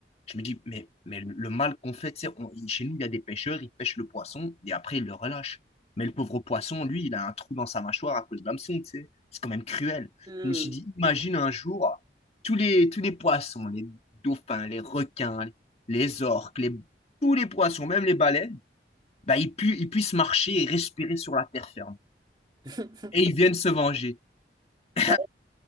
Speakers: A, on the left; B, on the right.
A: Je me dis, mais, mais le mal qu'on fait, tu sais, on- chez nous, il y a des pêcheurs, ils pêchent le poisson et après, ils le relâchent. Mais le pauvre poisson, lui, il a un trou dans sa mâchoire à cause de l'hameçon, tu sais. C'est quand même cruel.
B: Hmm.
A: Je me suis dit, imagine un jour, tous les, tous les poissons, les dauphins, les requins, les orques, les, tous les poissons, même les baleines, bah, ils, pu- ils puissent marcher et respirer sur la terre ferme.
B: <laughs>
A: Et ils viennent se venger. <laughs>
B: Bah,